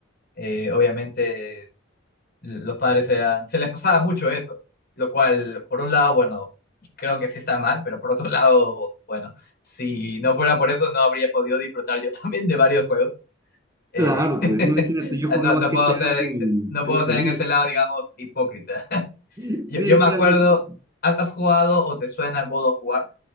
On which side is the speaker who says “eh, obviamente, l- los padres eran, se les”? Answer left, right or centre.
Left